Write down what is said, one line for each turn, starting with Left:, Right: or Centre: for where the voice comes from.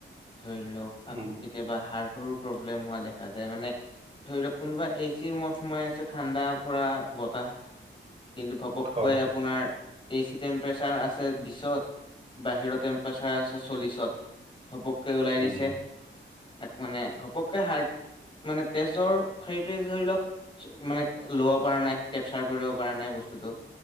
Left: ধৰি লওঁক
Right: উম
Left: আকৌ কেতিয়াবা হাৰ্টৰো প্ৰব্লেম হোৱা দেখা যায় মানে ধৰি লওক কোনোবা এচি ৰুমত সোমাই আছে ঠাণ্ডা পৰা বতাহ কিন্তু ঘপককৈ
Right: হয়
Left: আপোনাৰ এচি টেম্পাৰেচাৰ আছে বিশত বাহিৰৰ টেম্পাৰচাৰ আছে চল্লিশত ঘপককৈ ওলাই দিছে
Right: উম
Left: এক মানে ঘপ পকে হাৰ্ট, মানে তেজৰ হেৰিটোৱে ধৰি লওঁক মানে ল'ব পৰা নাই। কেপচাৰ কৰিব পৰা নাই বস্তুটো।